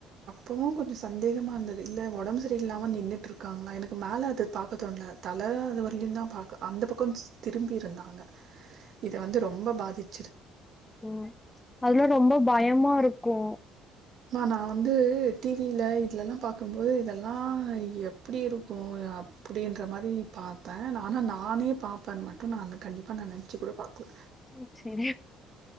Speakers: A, on the right; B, on the left.
A: பவு கொஞ்ச சந்தேகமா இருந்தது இல்ல ஒடம்பு சரில்லாம நின்னுட்டுருக்காங்க எனக்கு மேல அது பாக்க தோண்ல தல அது வரயிலும்தா பாக்க அந்த பக்கொ த் திரும்பி இருந்தாங்க இத வந்து ரொம்ப பாதிச்
B: உம் அதுலா ரொம்ப பயமாருக்கு
A: மா நா வந்து டிவில இதுலலா பாக்கும்போது இதெல்லா எப்டிருக்கு அப்டின்ற மாரி பாப்பே நா ஆனா நானே பாப்பேன் மட்டு நா கண்டிப்பா நா நெனச்சு கூட பாக்கல
B: சு சே